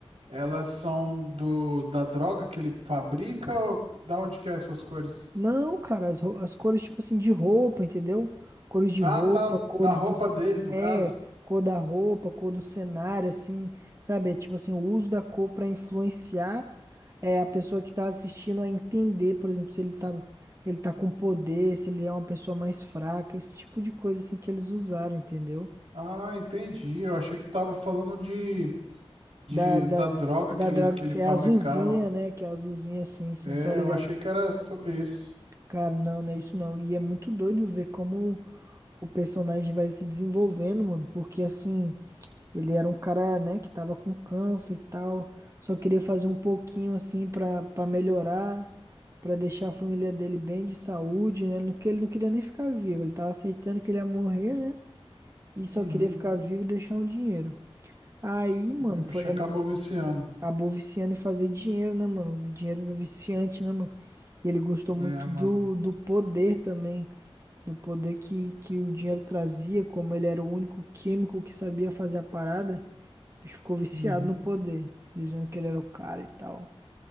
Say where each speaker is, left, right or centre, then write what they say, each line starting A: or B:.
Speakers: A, on the right (about 90°); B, on the right (about 30°).
A: elas são do da droga que ele fabrica ou da onde que é essas cores?
B: Não, cara, as, rou- as cores, tipo assim, de roupa, entendeu? Cores de
A: Ah,
B: roupa,
A: tá
B: cores
A: da roupa
B: dos.
A: dele, no
B: É,
A: caso.
B: cor da roupa, cor do cenário, assim, sabe? É Tipo assim, o uso da cor pra influenciar é, a pessoa que tá assistindo a entender, por exemplo, se ele tá, ele tá com poder, se ele é uma pessoa mais fraca, esse tipo de coisa, assim, que eles usaram, entendeu?
A: Ah, entendi. Eu achei que tu tava falando de, de
B: Da, da,
A: da droga
B: da
A: que ele,
B: drag,
A: que ele
B: que
A: fabricava.
B: é azulzinha, né? Que é azulzinha, assim, sim,
A: É,
B: tá ligado?
A: eu achei que era sobre isso.
B: Cara, não, não é isso não. E é muito doido ver como. o personagem vai se desenvolvendo, mano, porque assim, ele era um cara, né, que tava com câncer e tal, só queria fazer um pouquinho assim pra, pra melhorar, pra deixar a família dele bem de saúde, né? Ele não, que- ele não queria nem ficar vivo, ele tava aceitando que ele ia morrer, né? E só
A: Uhum.
B: queria ficar vivo e deixar um dinheiro. Aí, mano,
A: E O bicho
B: foi,
A: acabou
B: é-
A: viciando.
B: acabou viciando em fazer dinheiro, né, mano? Dinheiro é viciante, né, mano? E ele gostou muito
A: É, mano.
B: do, do poder também do poder que, que o dinheiro trazia, como ele era o único químico que sabia fazer a parada, o bicho ficou viciado
A: Uhum.
B: no poder, dizendo que ele era o cara e tal.